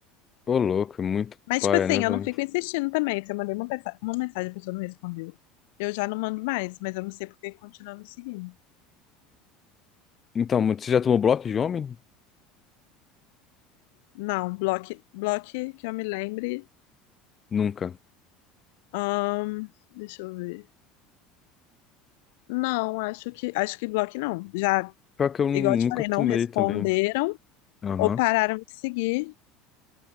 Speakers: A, on the left; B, on the left.
A: Ô, louco, é muito
B: Mas,
A: paia,
B: tipo assim,
A: né, velho?
B: eu não fico insistindo também. Se eu mandei uma, pensa- uma mensagem e a pessoa não respondeu, eu já não mando mais, mas eu não sei por que continua me seguindo.
A: Então, mas você já tomou bloco de homem?
B: Não, bloque, bloque que eu me lembre.
A: Nunca.
B: ahn, deixa eu ver. Não, acho que acho que bloque não. Já,
A: Pior que eu nunca
B: igual eu te falei,
A: tomei
B: não responderam
A: também. Aham.
B: ou pararam de seguir.